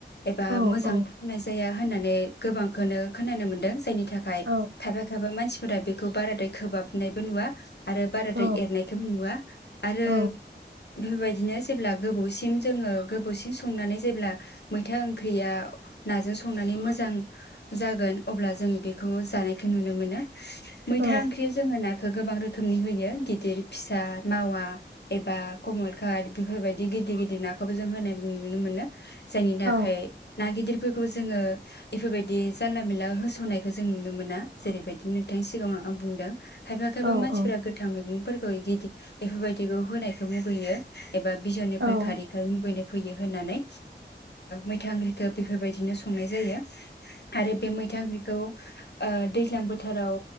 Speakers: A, on the left (about 65°); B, on the right (about 80°).
A: एबा
B: औ
A: मोजां
B: औ
A: थावनाय जाया होननानै गोबांखौनो खोनानो मोनदों जायनि थाखाय
B: औ
A: थाखाय खायफा खायफा मानसि सोरा बेखौ बाराद्राय खोबहाबनायबो नुवा आरो बाराद्राय
B: औ
A: एरनायखौ मोन आरो
B: औ
A: बेफोरबायदिनो जेब्ला गोबावसिम जोङो गोबावसिम संनानै जेब्ला मैथा ओंख्रिया नाजों संनानै मोजां जागोन अब्ला जों बेखौ जानायखौ नुनो मोनो मैथा
B: औ
A: ओंख्रि जोङो ना बेखौ गोबां रोखोमनि होयो गिदिर फि फिसा मावा एबा कमलखाट बेफोरबायदि गिदिर गिदिर नाखौबो जों होनाय नुनो मोनो। जायनि थाखाय
B: औ
A: ना गिदिर बेफोरखौ जोङो इफोरबायदि जानला मला होसावनायखौ जों नुनो मोना। जेरैबायदि नोंथांनि सिगाङाव आं बुंदों। खायफा खायफा
B: औ
A: मानसिफोरा
B: औ
A: गोथां मैगं फोरखौ बेदि बेफोरबायदिखौ होनायखौ मुगैयो। एबा बिजननिफोर
B: औ
A: खारैखाय मुगैनाय फैयो होननानै मैथा ओंख्रिखौ बेफोरबायदिनो संनाय जायो। आरो बे मैथा ओंख्रिखौ ओ दैज्लां बोथोराव